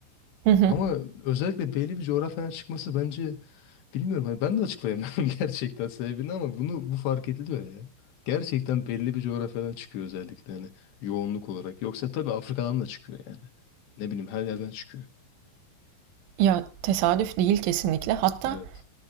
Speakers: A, on the right; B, on the left.
A: hı hı.
B: Ama özellikle belli bir coğrafyadan çıkması bence bilmiyorum hani ben de açıklayamıyorum <laughs> gerçekten sebebini ama bunu bu fark ediliyor ya. Gerçekten belli bir coğrafyadan çıkıyor özellikle hani yoğunluk olarak. Yoksa tabii Afrika'dan da çıkıyor yani. Ne bileyim her yerden çıkıyor.
A: Ya tesadüf değil kesinlikle. Hatta
B: Evet.